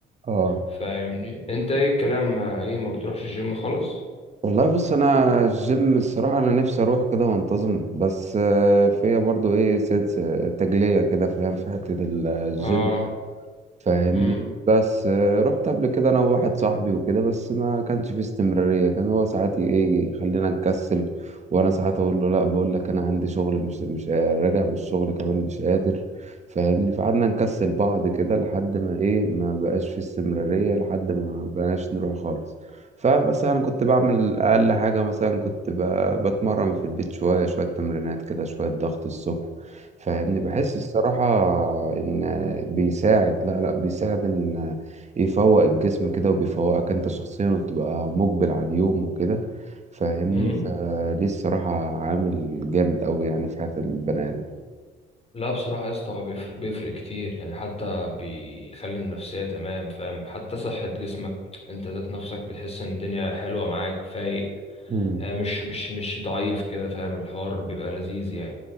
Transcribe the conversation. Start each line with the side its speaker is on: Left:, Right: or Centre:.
Right: اه آه.
Left: فاهمني انت ايه الكلام ما ايه ما بتروحش الجيم خالص
Right: والله بص انا الجيم الصراحه انا نفسي اروح كده وانتظم بس آه، فيا برضو ايه سنس آه، تجليه كده فاهم في حته الجيم
Left: اه
Right: فاهمني
Left: امم
Right: بس آه، رحت قبل كده انا وواحد صاحبي وكده بس ما كانش فيه استمرارية كان هو ساعات ي- ايه يخلينا نكسل وانا ساعات اقول له لا بقول لك انا عندي شغل مش مش قا- راجع من الشغل كمان مش قادر فاهمني فقعدنا نكسل بعض كده لحد ما ايه ما بقاش فيه استمرارية لحد ما بقاش نروح خالص فبس انا كنت بعمل اقل حاجة مثلا كنت ب- بتمرن في البيت شوية شوية تمرينات كده شوية ضغط الصبح فاهمني بحس الصراحة إن بيساعد لا لا بيساعد إن يفوق الجسم كده وبيفوقك أنت شخصيا وبتبقى مقبل على اليوم وكده فاهمني
Left: امم
Right: فليه الصراحة عامل جامد أوي يعني في حياة البني آدم
Left: لا بصراحة يا اسطى هو بيفرق بيفرق كتير يعني حتى بيخلي النفسية تمام فاهم حتى صحة جسمك انت ذات نفسك بتحس ان الدنيا حلوة معاك فايق
Right: مم.
Left: آه، مش مش مش ضعيف كده فاهم الحوار بيبقى لذيذ يعني